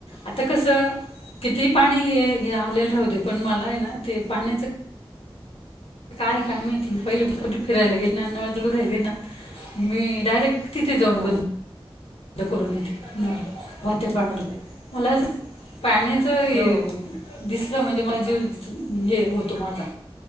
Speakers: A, on the left (about 80°); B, on the right (about 50°).
A: आता कसं कितीही पाणी ये आलेलं राहू दे पण मला आहे ना ते पाण्याचं काय आहे काय माहिती पहिले पासून फिरायला गेले ना नळ तोडू राहिले ना मी डायरेक्ट तिथे जाऊन
B: हो
A: बंद द करून येते, म त्या पाण्याला
B: बरोबर आहे.
A: मला अस पाण्याच य
B: हो
A: दिसलं म्हणजे मला जीव हे होतो माझा